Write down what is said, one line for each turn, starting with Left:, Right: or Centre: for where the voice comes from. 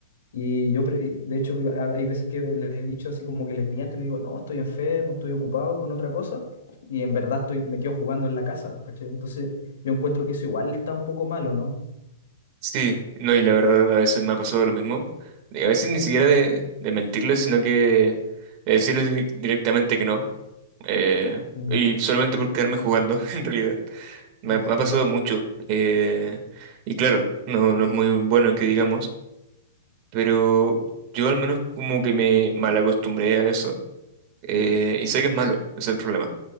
Left: Y yo, pre- de hecho, a- hay veces que les he dicho así como que les miento, le digo, no, estoy enfermo, estoy ocupado con otra cosa, y en verdad estoy, me quedo jugando en la casa, pues, ¿cachai? Entonces, yo encuentro que eso igual está un poco malo, ¿no?
Right: Sí, no, y la verdad a veces me ha pasado lo mismo. Y a veces ni siquiera de, de mentirles, sino que de decirles di- directamente que no. eh,
Left: Mm,
Right: y solamente por quedarme jugando, <laughs> en realidad. Me ha, me
Left: Sí,
Right: ha pasado
Left: bo.
Right: mucho. eh, y claro, no, no es muy bueno que digamos, pero yo al menos como que me mal acostumbré a eso. eh, y sé que es malo, ese es el problema.